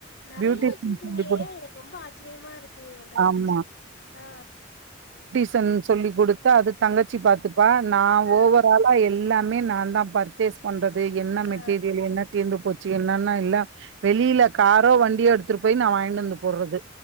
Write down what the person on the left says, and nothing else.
நறையா
வெச்சுருக்கீங்களே
எனக்கு ரொம்ப ஆச்சரியமா இருக்கு உங்கள
நெனச்சா ஆ
ஆ
ஆ